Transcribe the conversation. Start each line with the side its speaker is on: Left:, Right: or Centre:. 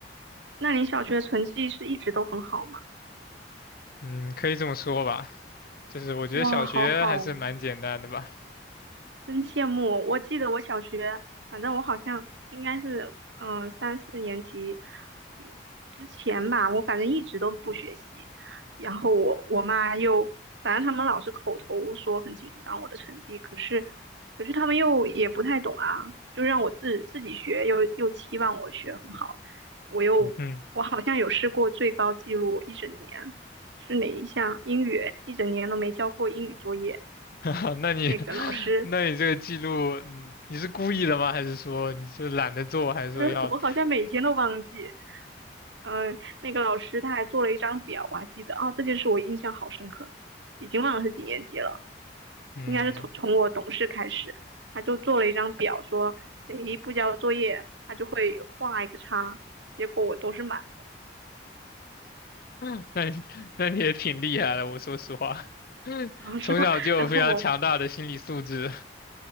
Right: 那你小学成绩是一直都很好吗？
Left: 嗯，可以这么说吧，就是我觉得小学还是蛮简单的吧。
Right: 哇，好好哦，真羡慕！我记得我小学，反正我好像应该是，嗯、三四年级嗯之前吧，我反正一直都不学习。然后我我妈又，反正他们老是口头说很紧张我的成绩，可是可是他们又也不太懂啊，就让我自自己学，又又期望我学很好。我又我好像有试过最高记录一整年，
Left: 嗯，
Right: 是哪一项？英语，一整年都没交过英语作业。
Left: <laughs> 那你，
Right: 那个老师
Left: <laughs> 那你这个记录，嗯，你是故意的吗？还是说你就懒得做？还是说要，
Right: 不是，我好像每天都忘记。嗯、那个老师他还做了一张表，我还记得啊，这件事我印象好深刻，已经忘了是几年级了，
Left: 嗯，
Right: 应该是从从我懂事开始，他就做了一张表，说谁不交作业，他就会画一个叉，结果我都是满的，
Left: 嗯 <laughs> 那你那你也挺厉害的，我说实话，<laughs>
Right: 啊是吗？
Left: 从小就有非常强大的心理素质。
Right: <laughs> 然后我